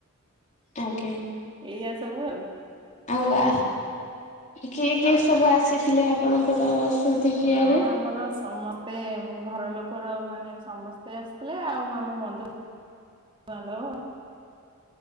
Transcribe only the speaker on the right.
ଏଇଆା ସବୁ ଆଉ।
ହଁ ଆମର ସମସ୍ତେ ଘର ଲୋକର ମାନେ ସମସ୍ତେ। ତ ଆସିଥିଲେ ଆଉ ଆମ ବନ୍ଧୁ ବାନ୍ଧବ।